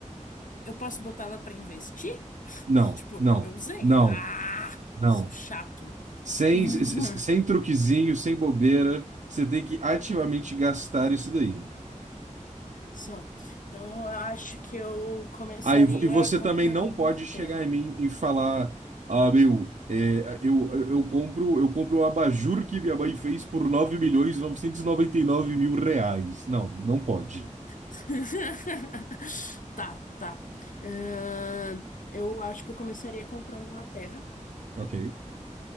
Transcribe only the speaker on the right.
Não,
não,
não,
não.
Sem,
s- s- sem truquezinho, sem bobeira, você tem que ativamente gastar isso daí.
Ah, e vo- e você
também não pode
chegar em mim e falar, ah, meu, é, eu, eu eu compro, eu compro um abajur que minha mãe fez por nove milhões novecentos e noventa e nove mil reais. Não, não pode.
Ok.